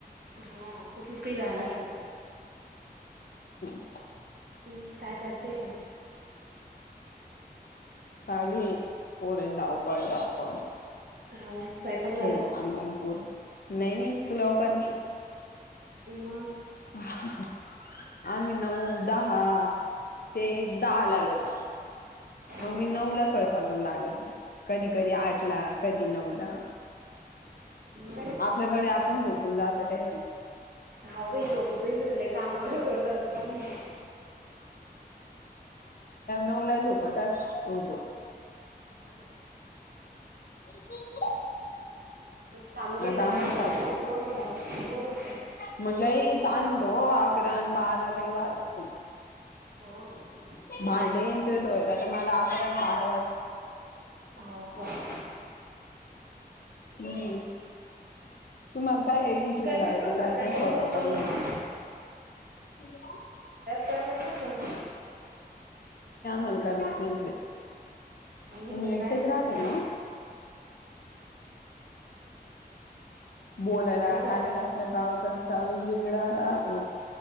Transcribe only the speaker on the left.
ह.
चालू आहे पोरण धावपळ धावपळ.
खेडस्थान
झा पूर नाही इक लवकरणी.
ह. आम्ही नऊ दहा ते दहा ला येत. मग
मी नऊ ला स्वयंपाकला लागत. कधी कधी आठ ला कधी नऊ ला.
आपल्याकडे आपण झोपून जाते ते.
नऊ ला झोपतच होतो.
<inaudible>
आता
आम्हाला
म्हण लई तानवतो आकररान बारा लय वाजते.
भारडेथ दोयला तर मला अकरा बारा वाजता.
हम्म. तुम्हाला काय इथून
जाय
जायचं
स्वयत
करून घ्यायचं. हला.
मल कर म इकडे
आम्ही एकटेच
राहते ना ओ बोलायला
चालेला आपल्या गावाकडचा वेगवेगळा राहतो